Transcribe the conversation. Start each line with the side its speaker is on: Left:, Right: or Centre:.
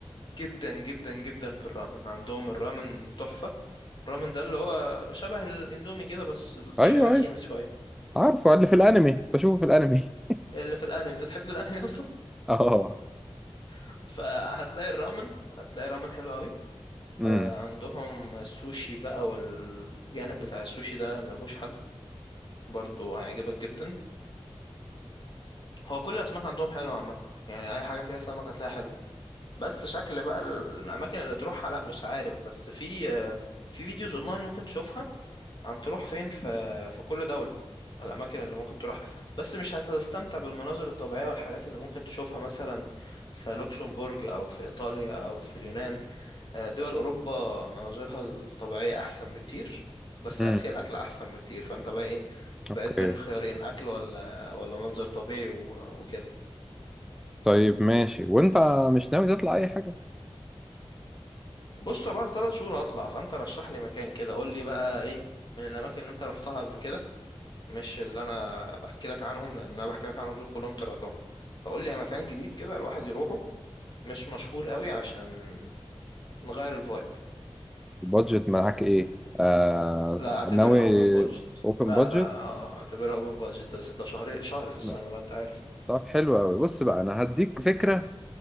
Left: جدا جدا جدا بالرامن عندهم الرامن تحفة الرامن ده اللي هو شبه الاندومي كده بس الشعرات
Centre: أيوه أيوه
Left: خينة شوية
Centre: عارفه اللي في الأنمي بشوفه في الأنمي
Left: اللي في الانمي انت تحب الانمي اصلا
Centre: <laughs> أه
Left: <laughs> فهتلاقي الرامن هتلاقي رامن حلو قوي
Centre: امم
Left: آه، عندهم السوشي بقى والجانب بتاع السوشي ده ملهوش حل برضو هيعجبك جدا هو كل الاسماك عندهم حلوه عامه يعني اي حاجه فيها سمك هتلاقيها حلو بس شكل بقى الاماكن اللي تروحها لا مش عارف بس في آه، في فيديوز اونلاين ممكن تشوفها عن تروح فين في في كل دولة الأماكن اللي ممكن تروح بس مش هتستمتع بالمناظر الطبيعية والحاجات اللي ممكن تشوفها مثلا في لوكسمبورج أو في إيطاليا أو في اليونان آه، دول أوروبا مناظرها الطبيعية أحسن بكتير بس
Centre: امم
Left: آسيا الأكل أحسن بكتير فأنت بقى إيه بقيت
Centre: اوكي
Left: بين خيارين أكل ولا ولا منظر طبيعي و- وكده
Centre: طيب ماشي وانت مش ناوي تطلع اي حاجه
Left: بص هو بعد ثلاث شهور هطلع فأنت رشح لي مكان كده قول لي بقى إيه من الأماكن اللي أنت روحتها قبل كده مش اللي انا بحكي لك عنهم لان انا بحكي لك عنهم دول كلهم طلعتهم فقول لي يعني مكان جديد كده الواحد يروحه مش مشهور قوي عشان نغير الفايب
Centre: البادجت معاك ايه آه
Left: لا اعتبرها
Centre: ناوي
Left: اوبن بادجت
Centre: اوبن
Left: لا
Centre: بادجت
Left: لا آه، اعتبرها اوبن بادجت ده ده شهر شهر في السنة
Centre: ماشي
Left: بقى انت عارف
Centre: طب حلو قوي بص بقى انا هديك فكرة